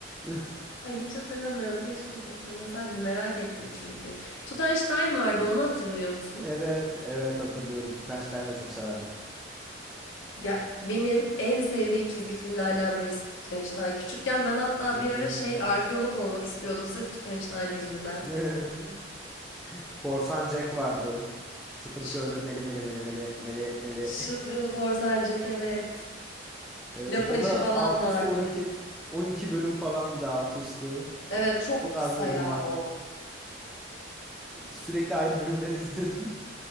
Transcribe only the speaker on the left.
Ay hiç hatırlamıyorum. Keşke hatırlasaydım. Merak ettim çünkü. Tutanstein vardı. Onu hatırlıyor musun?
Ya benim en sevdiğim çizgi filmlerden birisi Tutenstein. Küçükken ben hatta
bir ara şey arkeolog olmak istiyordum sırf Tutenstein yüzünden.
Ş-
Şılgın korsancak evet.
Lapacı
falan
vardı.
Evet çok
kısa
ya
o.